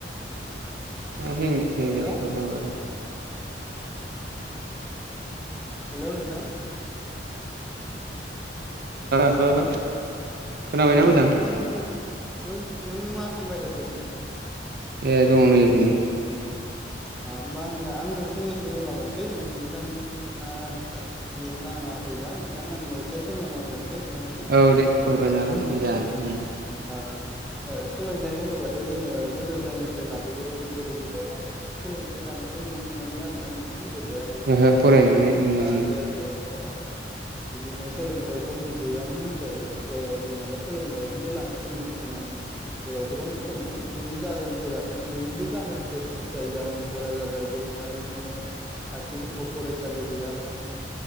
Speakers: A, on the right; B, in the centre.
A: आ हें हें
B: हेलौ
A: <unintelligible>
B: हेलौ नोंथां हेलौ
A: हेल' हेल' खोनाबायना
B: औ नों
A: मोजां
B: नों नों नों मा खालामबाय थादों नोंथां
A: ए दङ नै ओरैनो
B: आ होमबा आङो आंनो फंनैसो बुंलांबावनोसै नोंथाङा नेट नाङाखैबा नोंथां आंनो एसे फोरमायना होबावनोसै नोंथां
A: औ दे फोरमायनो हागोन नोंजा ओ
B: ओ ओ सोलोंथाइ होनोबाथ' जोङो गोदो गोदायनिफ्राय लाबोयोबा जों गोदो गोदाय सोलोंथाइ लानाय नुनो मोनामोन आरो ना नोंथां गोदोहाय आबै
A: ओहो फरायनो
B: आबौ
A: मोननाय बिमा
B: बा आजै आजौनिआव बिदिनो सोलोंथाइखौ जों गैयामोनानो होनजायो जाययाव जों माने सोलोंथाइखौनो लानायखौ नुनो मोनामोन जेराव गोबां खममोन बिनि जाहोनफोरा बिनिबो जाहोनफोर दं जाय जाहोनफोरा जाबाय गोद दोहाय बिदिनो खाथिफोराव फरायसालि गैयामोन।